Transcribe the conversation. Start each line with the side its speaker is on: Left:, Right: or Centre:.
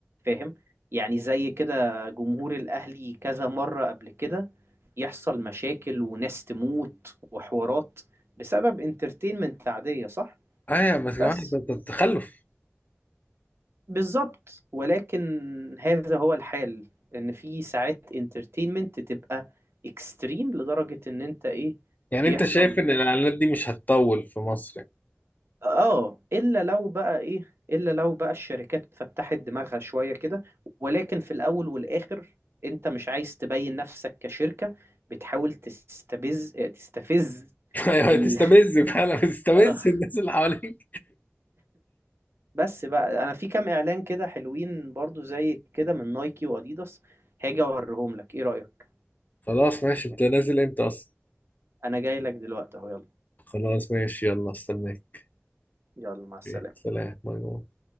Right: فاهم يعني زي كده جمهور الأهلي كذا مرة قبل كده يحصل مشاكل وناس تموت وحوارات بسبب انترتينمنت عادية صح
Left: ايوه بس يا
Right: بس
Left: جماعة ده ده تخلف
Right: بالظبط ولكن هذا هو الحال ان في ساعات انترتينمنت تبقى اكستريم لدرجة ان انت ايه
Left: يعني
Right: بيحصل
Left: انت شايف ان الاعلانات دي مش هتطول في مصر
Right: اه الا لو بقى ايه الا لو بقى الشركات فتحت دماغها شوية كده ولكن في الاول والاخر انت مش عايز تبين نفسك كشركة بتحاول تستبز تستفز
Left: يعني
Right: ال...
Left: <laughs> هتستفز فعلا بتستفز
Right: <laughs> آه.
Left: الناس اللي حواليك
Right: بس بقى انا في كام اعلان كده حلوين برضو زي كده من نايكي واديداس هاجي اوريهم لك ايه رأيك
Left: خلاص ماشي انت نازل امتى اصلا؟
Right: انا جاي لك دلوقتي اهو يلا
Left: خلاص ماشي يلا استناك
Right: يلا مع السلامة
Left: أوكي. سلام باي باي